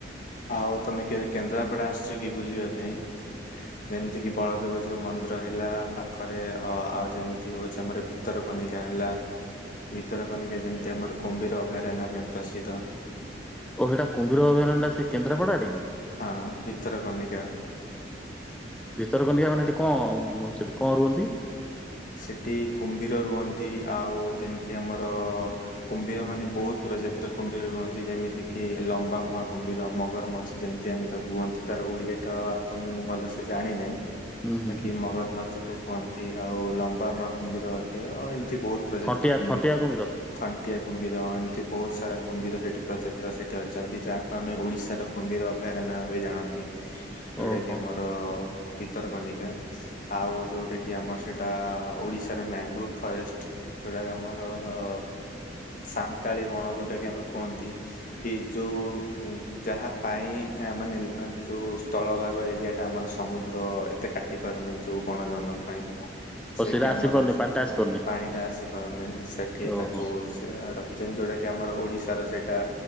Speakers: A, on the left; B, in the centre.
A: ଆଉ ତମେ କେବେ କେନ୍ଦ୍ରାପଡ଼ା ଆସିଚ କି ବୁଲିବା ପାଇଁ? ଯେମତି କିି ବଳଦେବ ଜୀଉ ମନ୍ଦିର ହେଲା ପାଖରେ ଅ ଆଉ ଯେମତି ହଉଚି ଆମର ଭି ତରକନିକା ହେଲା ଭିତରକନିକା ଯେମତି ଆମର କୁମ୍ଭୀର ଅଭୟାରଣ୍ୟ ପାଇଁ ପ୍ରସିଦ୍ଧ।
B: ଓ ହେଟା କୁମ୍ଭୀର ଅଭୟାରଣ୍ୟଟା ସେ କେନ୍ଦ୍ରାପଡ଼ା ଆଡ଼େକି?
A: ହଁ ଭିତରକନିକା।
B: ଭିତରକନିକା ମାନେ ହେଠି କଣ, ସେଠି କଣ ରୁହନ୍ତି?
A: ସେଠି କୁମ୍ଭୀର ରୁହନ୍ତି, ଆଉ ଯେମିତି ଆମର କୁମ୍ଭୀର ମାନେ ବହୁତ ପ୍ରଜାତିର କୁମ୍ଭୀର ରୁହନ୍ତି, ଯେମିତି କିି ଲମ୍ବା ମୁହାଁ କୁମ୍ଭୀର, ମଗରମ୍ ଯେମିତି ଆମେ ତାକୁ କୁହନ୍ତି, ତାର ଓଡିଆ ଟା ତ ମୁଁ ଭଲସେ ଜାଣିିନାହିଁ
B: ହୁଁ ହୁଁ
A: ବାକି
B: ହୁଁ
A: ମଗର ମୁହାଁ ତାକୁ କୁହନ୍ତି ଆଉ ଲମ୍ବା ମୁହାଁ କୁମ୍ଭୀର ଅଟେ, ଆଉ ଏମିତି ବହୁତ୍ ପ୍ରଜାତିର
B: ଥଣ୍ଟିଆ
A: କୁମ୍ଭୀର୍
B: ଥଣ୍ଟିଆ କୁମ୍ଭୀର
A: ଥଣ୍ଟିଆ କୁମ୍ଭୀର, ଏମିତି ବହୁତ ସାରା କୁମ୍ଭୀର ସେଠି ପ୍ରଜାତିର ସେଠି ଅଛନ୍ତି, ଯାହାକୁ ଆମେ ଓଡିଶାର କୁମ୍ଭୀର ଅଭୟାରଣ୍ୟ ଭାବେ ଜାଣନ୍ତି। ଯୋଉଟା
B: ଓହୋ।
A: କି ଆମର ଭିତରକନିକା, ଆଉ ଯୋଉଟା କି କି ଆମର ସେଟା ଓଡିଶାରେ ମ୍ୟାଙ୍ଗ୍ରୋ ଫରେଷ୍ଟ, ଯଉଟାକି ଆମର ଅ ସାନ୍ତାଳୀ ବଣ ଯୋଉଟା କି ଆମେ କୁହନ୍ତି କି ଯଉ, ଯାହା ପାଇଁ ମାନେ ଯଉ ସ୍ଥଳ ଭାଗ ଏରିଆଟା ଆମର ସ ସମୁଦ୍ର ଏତେ କାଟି ପାରୁନି, ଯୋଉ ବଣ ଜଙ୍ଗଲ ପାଇଁ।
B: ଓ
A: ସେଠି
B: ସେଇଟା
A: ଆମର
B: ଆସିପାରୁନି
A: ସେଠ
B: ପାଣିଟା ଆସିପାରୁନି
A: ପାଣି ଟା ଆସି ପାରୁନି, ସେଠି
B: ଓହୋ
A: ତାକୁ ସେ ର କି ଯେମିତି ଗୋଟେକି ଆମର, ଓଡିଶା ର ସେଇଟା